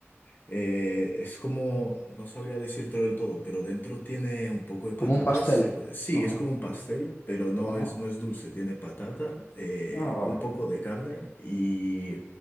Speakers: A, on the left; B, on the left.
A: Eh, es como, no sabría decírtelo del todo, pero dentro tiene un poco de patatas.
B: Como un pastel.
A: eh, bu- Sí,
B: Ajá,
A: es como un pastel, pero no
B: ajá.
A: es, no es dulce. Tiene patata, eh,
B: Ah, vale.
A: un poco de carne y,